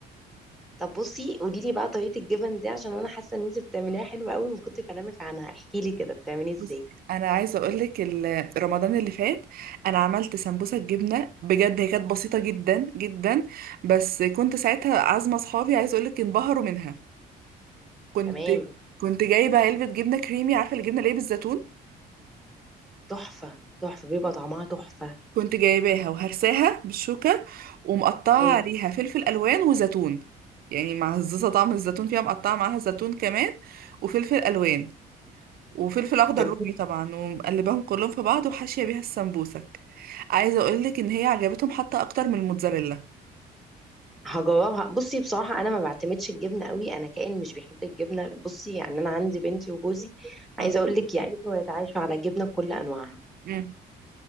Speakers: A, in the centre; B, on the right (about 60°).
A: طب بصي قولي لي بقى طريقة الجبن دي عشان انا حاسة ان انتي بتعمليها حلوة قوي من كتر كلامك عنها احكي لي كده بتعملي ازاي
B: بصي انا عايزه اقولك ال- رمضان اللي فات انا عملت سمبوسه جبنه بجد هي كانت بسيطه جدا جدا بس كنت ساعتها عازمه اصحابي عايزه اقولك انبهروا منها كنت
A: تمام
B: كنت جايبه علبه جبنه كريمي عارفه الجبنه اللي هي بالزيتون
A: تحفة، تحفة، بيبقى طعمها تحفة.
B: كنت جايباها وهرساها بالشوكة ومقطعة
A: إمم،
B: عليها فلفل ألوان وزيتون يعني معززة طعم الزيتون فيها مقطعة معاها زيتون كمان وفلفل ألوان وفلفل أخضر
A: إمم،
B: رومي طبعا ومقلباهم كلهم في بعض وحاشية بيها السمبوسك عايزة أقولك إن هي عجبتهم حتى أكتر من الموتزاريلا
A: هاجرّبها. بُصّي بصراحة أنا ما باعتمدش الجبنة أوي، أنا كائن مش بيحب الجبنة بُصّي، يعني أنا عندي بنتي وجوزي عايزة
B: آه.
A: أقول لِك يعيشوا ويتعايشوا على الجبنة بكل أنواعها،
B: امم